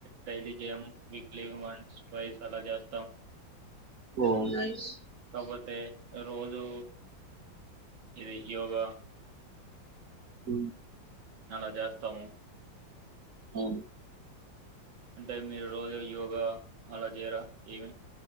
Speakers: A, on the right; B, on the right.
A: డైలీ జేయమ్ వీక్లీ వన్స్, ట్వయ్స్ అలా చేస్తాం.
B: ఓ నైస్
A: ఒక్కతే రోజు ఇది యోగా
B: ఉ
A: అలా చేస్తాము
B: ఉ
A: అంటే మీరు రోజు యోగా అలా చేయరా ఏమి?